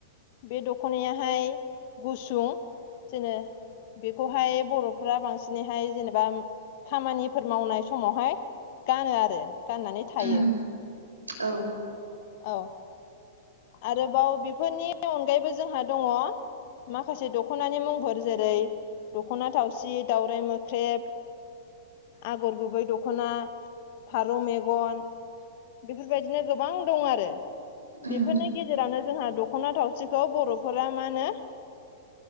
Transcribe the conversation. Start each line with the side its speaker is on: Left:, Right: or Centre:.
Left: बे दख'नायाहाय गुसुं जोङो बेखौहाय बर'फ्रा बांसिनैहाय जेनेबा खामानिफोर मावनाय समावहाय गानो आरो गाननानै थायो।
Right: उम औ
Left: औ। आरोबाव बेफोरनि अनगायैबो जोंहा दङ माखासे दख'नानि मुंफोर जेरै दख'ना थावसि, दावराय मोख्रेब, आगर गुबै दख'ना, फारौ मेगन बेफोरबायदिनो गोबां दं आरो।
Right: उम
Left: बेफोरनि गेजेरावनो जोंहा दख'ना थावसिखौ बर'फोरा मा होनो